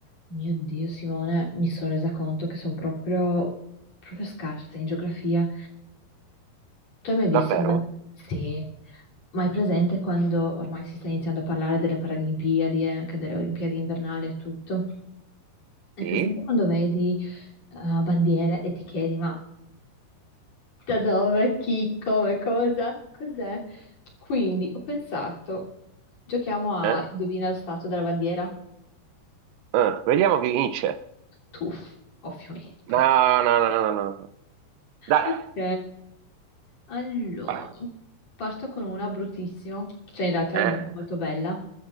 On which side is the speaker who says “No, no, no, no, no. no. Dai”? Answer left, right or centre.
Right